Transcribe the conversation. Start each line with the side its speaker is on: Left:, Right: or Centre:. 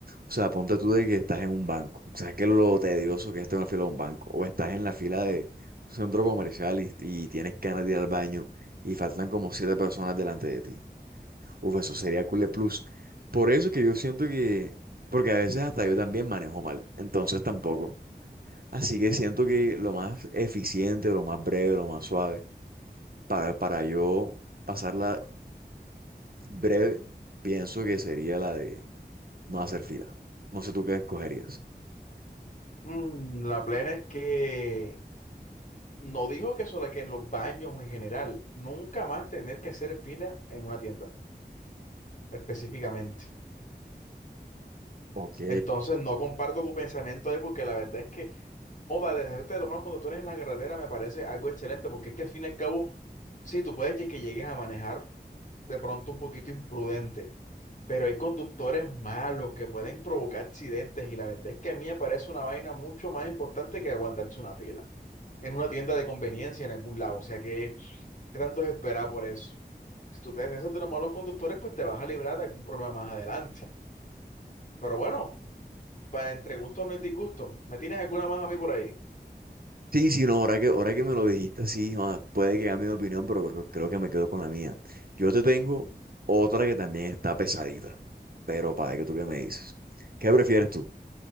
Right: O sea, ponte tú de que estás en un banco. ¿Sabes qué es lo tedioso que es estar en la fila de un banco? O estás en la fila de un centro comercial y, y tienes ganas de ir al baño y faltan como siete personas delante de ti. Uf, eso sería Cule Plus. Por eso es que yo siento que, porque a veces hasta yo también manejo mal, entonces tampoco. Así que siento que lo más eficiente, lo más breve, lo más suave, para, para yo pasarla breve, pienso que sería la de no hacer fila. No sé tú qué escogerías.
Left: Mm, la plena es que No dijo que solo que en los baños o en general, nunca más tener que hacer fila en una tienda, específicamente.
Right: Ok.
Left: Entonces no comparto tu pensamiento ahí porque la verdad es que, joda, dejarte de los malos conductores en la carretera me parece algo excelente porque es que al fin y al cabo, sí, tú puedes que llegues a manejar de pronto un poquito imprudente, pero hay conductores malos que pueden provocar accidentes y la verdad es que a mí me parece una vaina mucho más importante que aguantarse una fila en una tienda de conveniencia en algún lado. O sea que... ¿Qué tanto es esperar por eso? Si tú te deshaces de los malos conductores, pues te vas a librar de algún problema más adelante. Pero bueno, para entre gustos no hay disgusto. ¿Me tienes alguna más a mí por ahí?
Right: Sí, sí, no, ahora que, ahora que me lo dijiste así, joda, puede que cambie mi opinión, pero creo, creo que me quedo con la mía. Yo te tengo otra que también está pesadita, pero para que tú qué me dices. ¿Qué prefieres tú?